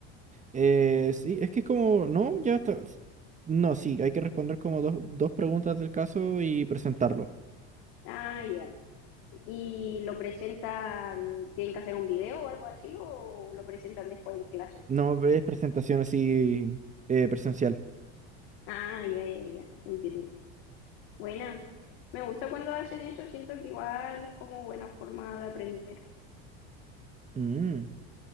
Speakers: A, on the right; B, on the left.
A: Eh, sí, es que es como, no, ya está. No, sí, hay que responder como dos, dos preguntas del caso y presentarlo.
B: Ah, ya. ¿Y lo presentan, tienen que hacer un video o algo así, o lo presentan después en clase?
A: No ves presentación así eh, presencial.
B: Ah, ya, ya, ya, entiendo. Buena, me gusta cuando hacen eso, siento que igual es como buena forma de aprender.
A: Mm,